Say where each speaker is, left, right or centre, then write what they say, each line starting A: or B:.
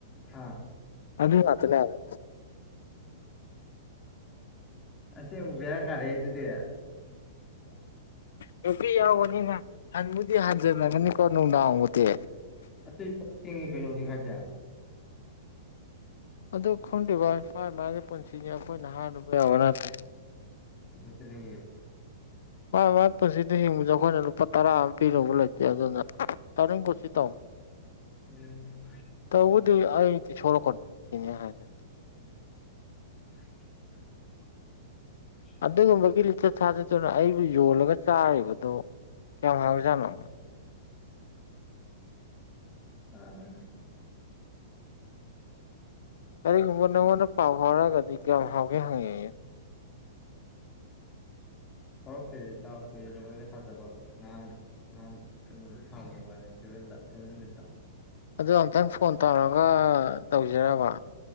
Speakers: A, on the left; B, on the left.
A: ꯑꯥ
B: ꯑꯗꯨ ꯉꯥꯛꯇꯥꯅꯦ ꯍꯥꯏꯕ
A: ꯑꯁꯦꯡꯕ ꯕꯦꯔꯥ ꯀꯥꯔꯦꯍꯦ ꯑꯗꯨꯗꯤ
B: ꯅꯨꯄꯤ ꯌꯥꯎꯕꯅꯤꯅ ꯍꯟꯕꯨꯗꯤ ꯍꯟꯖꯟꯂꯝꯒꯅꯤꯀꯣ ꯅꯨꯡꯗꯥꯡꯕꯨꯨꯗꯤ
A: ꯑꯗꯨ ꯊꯦꯡꯉꯦ ꯀꯩꯅꯣ ꯍꯧꯖꯤꯛ ꯍꯥꯏꯖꯦ
B: ꯑꯗꯨ ꯈꯪꯗꯦ ꯕꯥꯏ ꯃꯥꯏ ꯃꯥꯒꯤ ꯄꯨꯟꯁꯤꯅꯤ ꯑꯩꯈꯣꯏꯅ ꯍꯔꯨꯕ ꯌꯥꯕ ꯅꯠꯇ꯭ꯔꯦ
A: ꯐꯖꯗ꯭ꯔꯦꯍꯦ
B: ꯃꯥꯥꯏ ꯃꯥꯏ ꯄꯨꯟꯁꯤꯗ ꯍꯤꯡꯕꯗ ꯑꯩꯈꯣꯏꯅ ꯂꯨꯄꯥ ꯇꯔꯥ ꯑꯃ ꯄꯤꯔꯨꯕ ꯂꯩꯇꯦ ꯑꯗꯨꯅ ꯇꯥꯅꯤꯡ ꯀꯨꯁꯤ ꯇꯧ
A: ꯎꯝ
B: ꯇꯧꯕꯨꯗꯤ ꯑꯩꯗꯤ ꯁꯣꯛꯂꯛꯀꯅꯨ <unintelligible>
A: <unintelligible>
B: ꯑꯗꯨꯒꯨꯝꯕꯒꯤ ꯂꯤꯆꯠ ꯁꯥꯖꯠꯇꯨꯅ ꯑꯩꯕꯨ ꯌꯣꯜꯂꯒ ꯆꯥꯔꯤꯕꯗꯣ ꯀꯩꯌꯥꯝ ꯐꯪꯕ ꯖꯠꯅꯣ
A: ꯑꯥ
B: ꯀꯔꯤꯒꯨꯝꯕ ꯅꯉꯣꯟꯗ ꯄꯥꯎ ꯐꯥꯎꯔꯛꯑꯒꯗꯤ ꯀꯌꯥꯝ ꯍꯥꯎꯒꯦ ꯍꯪꯉꯛꯑꯦꯖꯨ꯫
A: ꯐꯥꯎꯔꯛꯇꯦꯗ ꯏꯇꯥꯎ ꯀꯨꯏꯔꯦꯗ ꯋꯥꯔꯤꯒ ꯁꯥꯗꯕ ꯉꯍꯥꯟ ꯉꯍꯥꯟ ꯀꯩꯅꯣꯗꯨ ꯁꯥꯕꯗ ꯃꯉꯥꯏꯔꯦ ꯐꯤꯔꯋꯦꯜꯗ ꯐꯤꯔꯋꯦꯜ ꯅꯨꯃꯤꯠꯇ꯫
B: ꯑꯗꯨ ꯑꯝꯇꯪ ꯐꯣꯟ ꯇꯧ <unintelligible> ꯇꯧꯖꯤꯔꯕ꯫